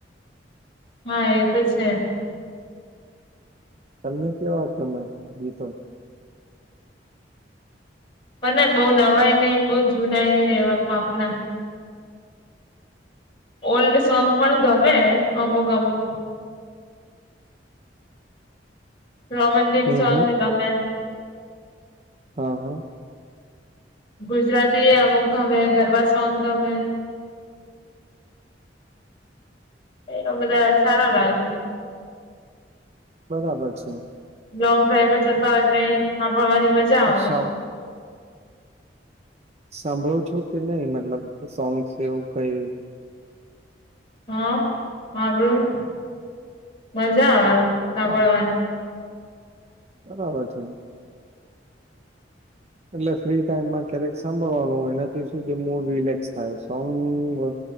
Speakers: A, on the left (about 30°); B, on the right (about 35°).
A: હા એ તો છે.
B: તમને કેવો આપ્યો ગીતો?
A: પણ બહુ નવાય નઈિ બહુ જુનાય નઈિ એવા માપના. ઓલ્ડ સોંગ પણ ગમે અમુક અમુક રોમન દિન
B: હમ
A: સાંગ
B: હમ
A: એમે.
B: હા હા.
A: ગુજરાતી અમુક ગમે ગરબા સન ગમે. એવ બધા સારા લાગે.
B: બરાબર છે.
A: લોંગ ડ્રાઈવ જતા હોય તો સાંભળવાની મજા આવે
B: સાંભ સાંભળો છો કે નહી મતલબ સોંગ એવું કઈ?
A: હા સાંભળું મજા આવે સાંભળવાને.
B: હા બરાબર છે. એટલે ફ્રી ટાઈમમાં ક્યારેક સાંભળવાનું હોય એનાથી શું છે મૂડ રિલેક્સ થાય સોંગ હો